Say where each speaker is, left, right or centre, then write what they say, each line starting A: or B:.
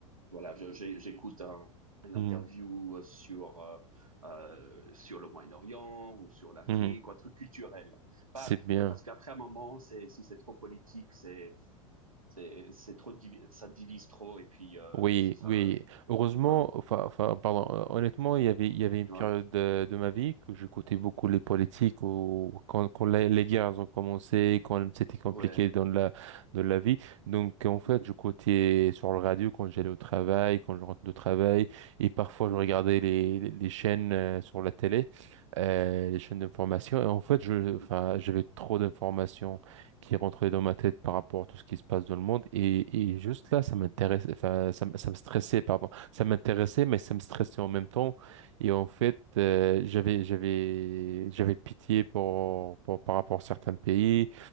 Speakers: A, on the right; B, on the right.
A: Voilà, je- j'ai- j'écoute un, une
B: Hmm.
A: interview euh, sur, euh, euh, sur le Moyen-Orient ou sur l'Afrique,
B: Hmm.
A: ou un truc culturel. Pas,
B: C'est bien.
A: parce qu'après un moment, c'est, si c'est trop politique, c'est, c'est, c'est trop, divi- ça divise trop, et puis, euh,
B: Oui,
A: ça,
B: oui. Heureusement,
A: ouais,
B: enfin, enfin, pardon, euh, honnêtement, il y avait, il y avait une
A: ouais,
B: période de, de ma vie que j'écoutais beaucoup les politiques ou quand, quand les, les guerres ont commencé, quand c'était compliqué
A: ouais.
B: dans la, dans la vie. Donc, en fait,
A: Mhm,
B: j'écoutais sur le radio quand j'allais au travail, quand je rentre de travail, et parfois
A: mhm,
B: je regardais les, les les chaînes euh, sur la télé, euh, les chaînes d'information. Et en fait, je,
A: mhm.
B: enfin, j'avais trop d'informations qui rentrait dans ma tête par rapport à tout ce qui se passe dans le monde. Et, et juste là, ça m'intéressait, enfin, ça, me ça me stressait, pardon. Ça m'intéressait, mais ça me stressait en même temps. Et en fait, euh, j'avais, j'avais, j'avais pitié pour, pour, par rapport à certains pays.